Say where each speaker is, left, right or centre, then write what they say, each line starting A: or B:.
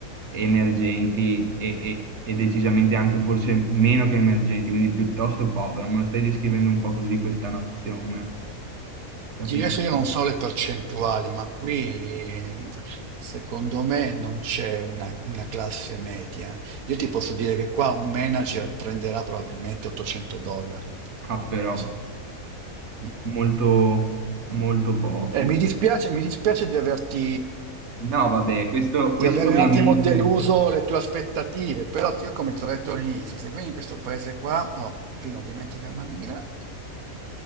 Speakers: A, on the right; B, on the right.
A: emergenti e, e- e decisamente anche forse meno che emergenti, quindi piuttosto povero. Me lo stai descrivendo un po' così questa nazione, capito?
B: Sì, Adesso io non so le percentuali, ma qui secondo me non c'è una, una classe media. Io ti posso dire che qua un manager prenderà probabilmente 800 dollari
A: Ah,
B: al
A: però,
B: mese. Mm.
A: molto, molto poco.
B: Eh, mi dispiace, mi dispiace di averti,
A: No, vabbè, questo,
B: di
A: questo
B: avere
A: ovviamente...
B: un attimo deluso le tue aspettative, però io come ti ho detto all'inizio, se vieni in questo paese qua, oh, prima dimentica Manila,